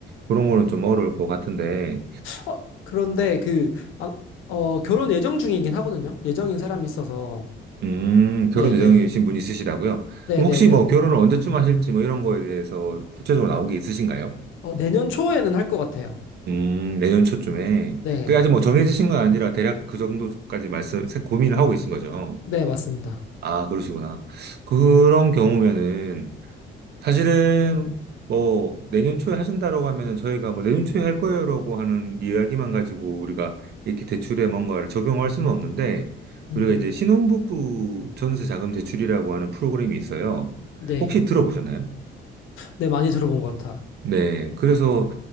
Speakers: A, on the right; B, on the left.
A: 그런 거는 좀 어려울 것 같은데
B: 어, 그런데 그, 아, 어, 결혼 예정 중이긴 하거든요. 예정인 사람이 있어서.
A: 음, 결혼
B: 네네.
A: 예정이신 분이 있으시다고요?
B: 네네네.
A: 그럼 혹시 뭐 결혼을 언제쯤 하실지 뭐 이런 거에 대해서 구체적으로 나온 게 있으신가요?
B: 어, 내년 초에는 할 것 같아요.
A: 음, 내년 초쯤에.
B: 네.
A: 그게 아직 뭐 정해지신 건 아니라 대략 그 정도까지 말씀, 세- 고민을 하고 계신 거죠.
B: 네, 맞습니다.
A: 아, 그러시구나. 그런 경우면은 사실은 뭐 내년 초에 하신다라고 하면은 저희가 뭐 내년 초에 할 거예요라고 하는 이야기만 가지고 우리가 이렇게 대출에 뭔가를 적용할 수는 없는데
B: 음,
A: 우리가 이제 신혼부부 전세 자금 대출이라고 하는 프로그램이 있어요.
B: 네.
A: 혹시 들어보셨나요?
B: 네, 많이 들어본 것 같아요.
A: 네. 그래서